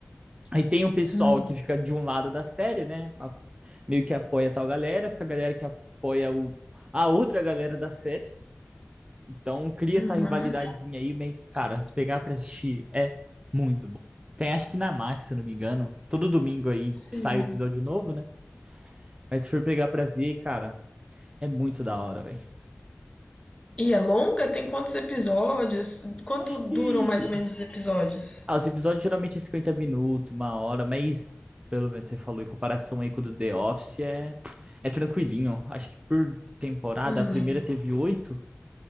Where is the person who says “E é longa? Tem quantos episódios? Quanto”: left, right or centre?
Left